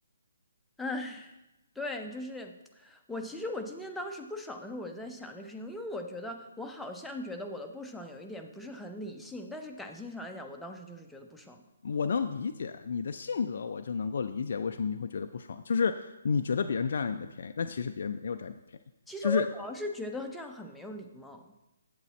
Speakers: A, in the centre; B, on the left.
A: 唉。对，就是我。其实我今天当时不爽的时候，我就在想这个事情，因为我觉得我好像觉得我的不爽有一点不是很理性，但是感性上来讲，我当时就是觉得不爽了
B: 我能理解你的性格，我就能够理解为什么你会觉得不爽，就是你觉得别人占了你的便宜，但其实别人没有占你便宜，
A: 其实我主要是觉得这样很没有礼貌。
B: 就是